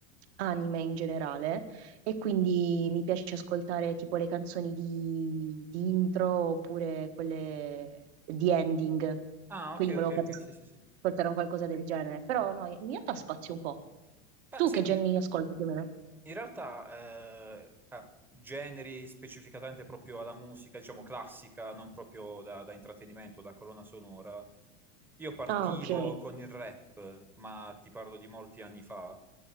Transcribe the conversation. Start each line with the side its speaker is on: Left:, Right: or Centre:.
Right: anime in generale e quindi mi piace ascoltare tipo le canzoni di, di intro oppure quelle di ending.
Centre: ah,
Right: Quindi
Centre: ok,
Right: volevo
Centre: ok,
Right: farti
Centre: ok, sì, sì, sì.
Right: ascoltare un qualcosa del genere. Però no, in realtà spazio un po'. Tu
Centre: Ah, senti,
Right: che generi ascolti più o meno?
Centre: in realtà eh, ah, generi specificatamente proprio alla musica, diciamo classica, non proprio da, da intrattenimento, da colonna sonora. Io partivo
Right: Ah, ok.
Centre: con il rap, ma ti parlo di molti anni fa.